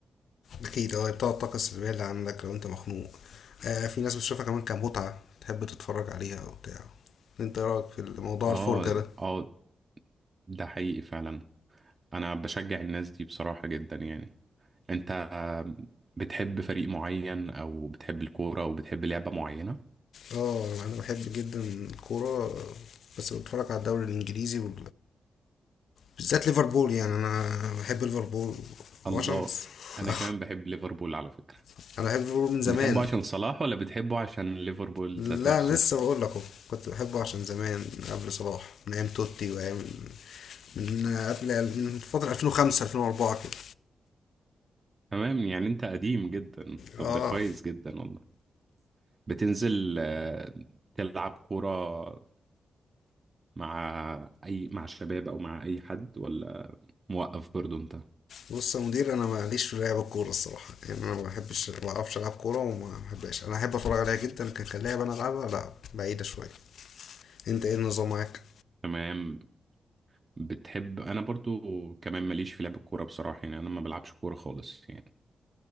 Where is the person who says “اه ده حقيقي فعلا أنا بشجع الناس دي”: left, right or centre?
Right